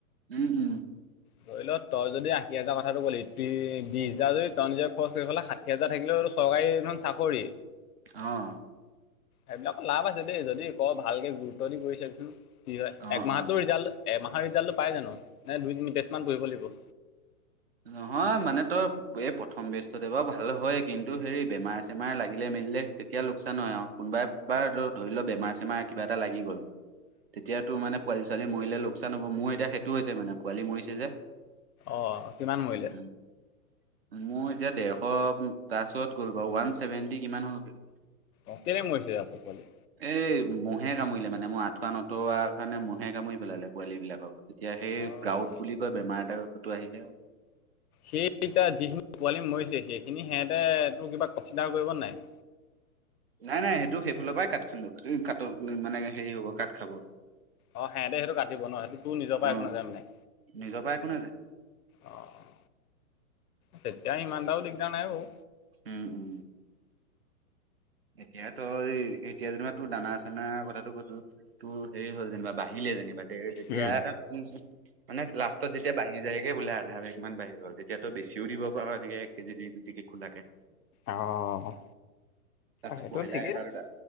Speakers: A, on the right; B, on the left.
A: উম উম।
B: ধৰি ল তই যদি আশী হাজাৰ কথাটো কলি ত বিশ হাজাৰ যদি তই নিজে খৰচ কৰি পেলে ষাঠি হেজাৰ থাকিলেও তো চৰকাৰী দেখোন চাকৰি।
A: অ'
B: সেইবিলাকৰ লাভ আছে দেই যদি কৰ ভালকে গুৰুত্ব দি কৰি চাবিচোন কি হয়
A: অ',
B: এক মাহত।
A: অ'।
B: তোৰ ৰিজাল্ট এমাহৰ ৰিজাল্টো পাই জানো নে দুই তিনি বেষ্ট মান পৰিব লাগিব।
A: নহয় মানে তই। এই প্ৰথম বেষ্টতে বাৰু ভাল হয় কিন্তু হেৰি বেমাৰ চেমাৰ লাগিলে মেলিলে তেতিয়া লোকচান হয় আৰু। কোনোবাই বাৰ ধৰি লওক বেমাৰ চেমাৰ কিবা এটা লাগি গ'ল। তেতিয়া তোৰ মানে পোৱালি ছোৱালি মৰিলে লোকচান হ'ব মোৰ এতিয়া সেইটো হৈছে মানে পোৱালি মৰিছে যে।
B: অ' কিমান মৰিল?
A: <inaudible> মোৰ এতিয়া ডেৰশ প্লাছত গ'ল বাৰু, ওৱান ছেভেণ্টি কিমান হ'লগে।
B: অ', কেলে মৰিছে আকৌ পোৱালি?
A: এই ম'হে কামুৰিলে মানে, মই আঠুৱা নতৰা কাৰণে ম'হে কামুৰি পেলালে পোৱালীবিলাকক। এতিয়া সেই
B: অঁ
A: গ্ৰাউড বুলি কয় বেমাৰ এটাৰ সৌটো আহিলে।
B: সেইকিটা যিখিনি পোৱালি মৰিছে, সেইখিনি সিহঁতে তোৰ কিবা কনচিডাৰ কৰিব নে নাই?
A: নাই, নাই সেইটো সেইফালৰ পৰাই কাট খাব কা মানে হেৰি হ'ব কাট খাব।
B: অ', সেহেতে সেইটো কাটিব ন, সেইটো তোৰ নিজৰ
A: অ
B: পৰা একো নাযায় মানে!
A: নিজৰ পৰা একো নাযায়
B: অ', তেতিয়া ইমান এটাও দিগদাৰ নাই বাৰু।
A: উম। এতিয়া, তই এতিয়া যেনিবা তোৰ দানা চানা কথাটো কৈছোঁ। তোৰ হেৰি হ'ল যেনিবা, বাহিলে যেনিবা। তেতিয়া
B: উম,
A: মানে লাষ্টত, যেতিয়া বাঢ়ি যায়। তাকে বোলে আধা কেজিকে বাঢ়ি গ'ল, তেতিয়া বেছিও দিব পাৰা এনেক এক কেজি দুই কেজি কে খোলাকে।
B: অ'।
A: তাতো
B: সেইটো
A: কয়লাৰ
B: ঠিকেই
A: এটা দুটা।